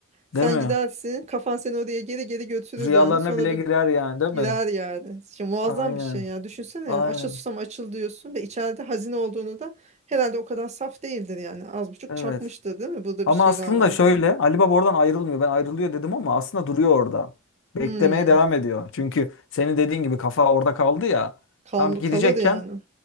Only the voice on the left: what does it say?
Değil mi?
Rüyalarına
bile
girer yani değil mi?
Aynen.
Aynen.
Evet.
Ama
aslında
şöyle
Ali Baba oradan ayrılmıyor. Ben ayrılıyor dedim ama aslında duruyor orada. Beklemeye
devam ediyor. Çünkü senin dediğin gibi kafa orada kaldı ya.
Tam gidecekken